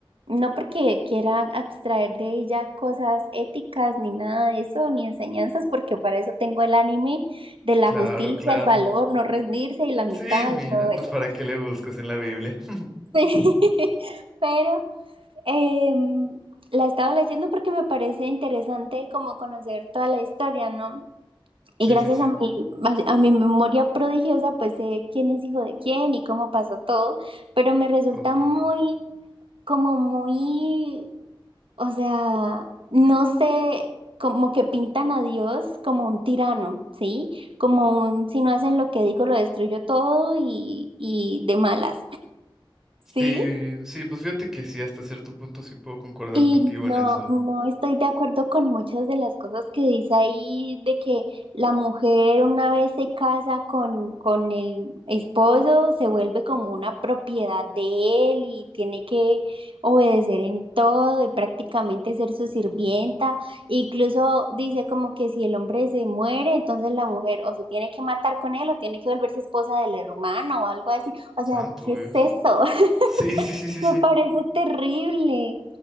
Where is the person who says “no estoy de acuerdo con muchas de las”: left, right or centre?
Right